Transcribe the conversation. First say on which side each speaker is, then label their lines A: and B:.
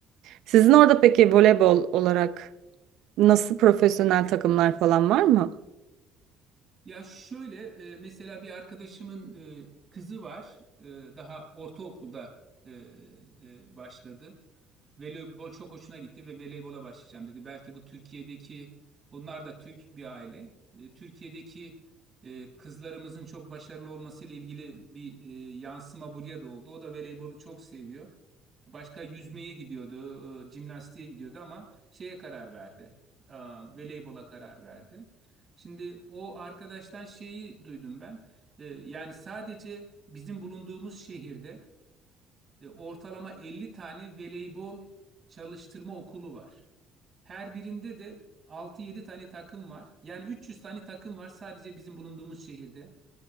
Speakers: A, on the right; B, on the right.
A: Sizin orada peki voleybol olarak nasıl profesyonel takımlar falan var mı?
B: Ya şöyle e, mesela bir arkadaşımın e, kızı var. E, daha ortaokulda e, e, başladı. Voleybol çok hoşuna gitti ve voleybola başlayacağım dedi. Belki bu Türkiye'deki onlar da Türk bir aile. E, Türkiye'deki e, kızlarımızın çok başarılı olmasıyla ilgili bir e, yansıma buraya da oldu. O da voleybolu çok seviyor. Başka yüzmeye gidiyordu, e, jimnastiğe gidiyordu ama şeye karar verdi. E, Voleybola karar verdi. Şimdi o arkadaştan şeyi duydum ben. E, Yani sadece bizim bulunduğumuz şehirde e, ortalama 50 tane voleybol çalıştırma okulu var. Her birinde de altı yedi tane takım var. Yani 300 tane takım var sadece bizim bulunduğumuz şehirde